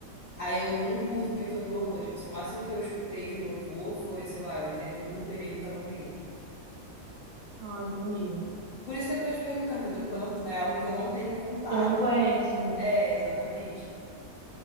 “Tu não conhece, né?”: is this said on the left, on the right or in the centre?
Right